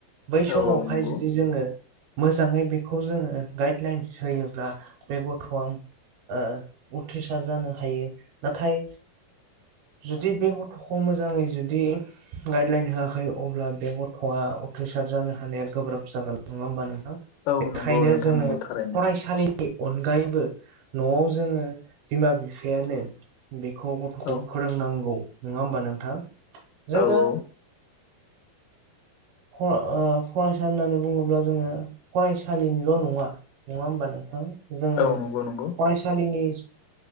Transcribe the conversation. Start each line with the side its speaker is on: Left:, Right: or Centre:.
Right: बै समावहाय
Left: औ औ नंगौ
Right: जुदि जोङो मोजाङै बेखौ जोङो गाइडलाइन होयोब्ला बे गथ'आ ओ उथ्रिसार जानो हायो नाथाय जुदि बे गथ'खौ मोजाङै जुदि गाइडलाइन होआखै अब्ला बे गथ'आ उथ्रिसार जानो हानाया गोब्राब जागोन नङा हा नोंथां?
Left: औ
Right: बेनिखायनो
Left: नंगौ नोंथां
Right: जोङो
Left: नंगौ थारैनो
Right: फरायसालि नि अनगायैबो न'आव जोङो बिमा-बिफायानो बेखौ गथ'खौ
Left: औ
Right: फोरोंनांगौ नङा होमबा नोंथां? जोङो
Left: औ औ
Right: ओ फ ओ फरायसा होननानै बुङोब्ला जोङो फरायसालिनिल' नङा नङा होमबा नोंथां जोङो
Left: औ नंगौ
Right: फरायसालिनि
Left: नंगौ